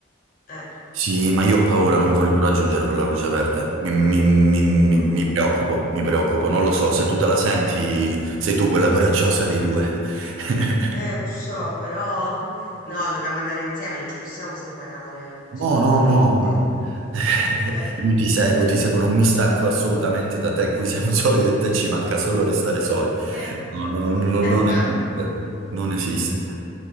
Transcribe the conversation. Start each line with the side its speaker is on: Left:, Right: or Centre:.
Left: Eh,
Right: Sì, ma io ho paura, non
Left: e-
Right: voglio raggiungere quella luce verde. Mi, mi- mi- mi-
Left: mm.
Right: mi preoccupo, mi preoccupo. Non lo so, se tu te la senti, sei tu quella coraggiosa dei due. <laughs>
Left: Eh, lo so, però <laughs> no, dobbiamo andare insieme, non ci possiamo separare, eh,
Right: No,
Left: Assolutamente.
Right: no, no. <laughs>
Left: Eh,
Right: Io ti seguo, ti seguo, non mi stacco assolutamente da te. Qui siamo solo io e te, ci manca solo restare soli.
Left: eh,
Right: No, no, no,
Left: <laughs>
Right: no,
Left: esatto.
Right: non esiste. Non esiste.